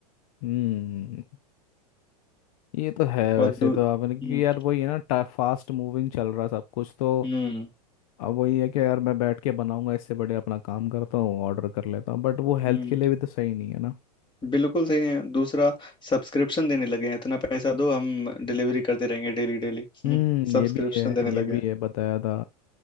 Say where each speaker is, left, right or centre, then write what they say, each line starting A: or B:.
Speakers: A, on the left; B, on the left.
A: हम्म हम्म, ये तो है
B: और
A: वैसे
B: दू
A: तो आपने क्योंकि
B: हम्म
A: यार वही है ना फास्ट मूविंग चल रहा है सब कुछ तो
B: हम्म
A: अब वही है कि यार मैं बैठ के बनाऊंगा इससे बड़े अपना काम करता हूँ ऑर्डर कर लेता हूँ बट वो हेल्थ
B: हम्म
A: के लिए भी तो सही नहीं है ना
B: बिल्कुल सही नहीं है दूसरा सब्सक्रिप्शन देने लगे हैं इतना पैसा दो हम डिलीवरी करते रहेंगे डेली डेली <laughs>
A: हम्म
B: सब्सक्रिप्शन
A: ये भी है
B: देने लगे
A: ये
B: हैं
A: भी है बताया था